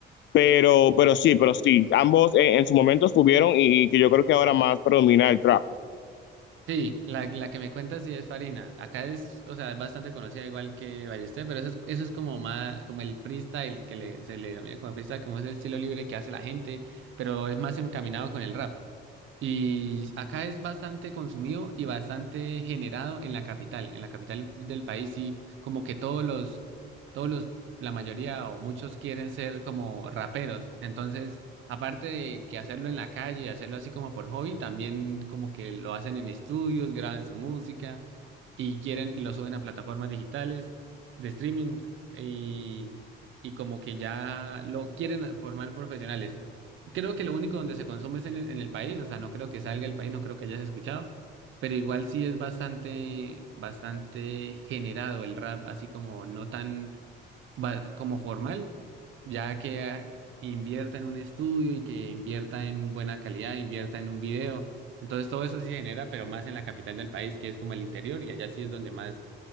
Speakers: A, on the left; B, on the right.
A: pero, pero sí, pero sí, ambos en, en su momento estuvieron y, y que yo creo que ahora más predomina el trap.
B: Sí, la, la que me cuentas sí es Farina. Acá es, o sea, es bastante conocida igual que Ballester, pero eso es, eso es como más, como el freestyle que le, se le denomina como freestyle, como ese estilo libre que hace la gente, pero es más encaminado con el rap. Y acá es bastante consumido y bastante generado en la capital. En la capital del país sí, como que todos los, todos los, la mayoría o muchos quieren ser como raperos. Entonces, aparte de que hacerlo en la calle, hacerlo así como por hobby, también como que lo hacen en estudios, graban su música y quieren, lo suben a plataformas digitales de streaming y, y como que ya lo quieren formar profesionales creo que lo único donde se consume es en el, en el país, o sea, no creo que salga del país, no creo que hayas escuchado, pero igual sí es bastante, bastante generado el rap, así como no tan va- como formal, ya que ah, invierta en un estudio y que invierta en buena calidad, invierta en un video. Entonces todo eso sí se genera, pero más en la capital del país, que es como el interior, y allá sí es donde más,